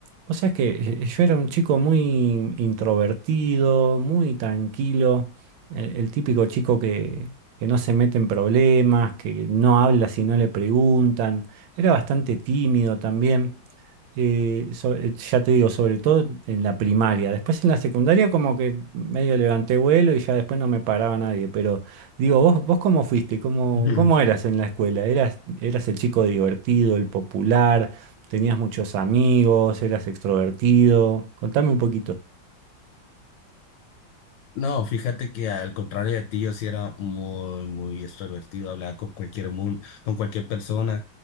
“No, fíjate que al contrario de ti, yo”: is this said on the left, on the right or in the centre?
Left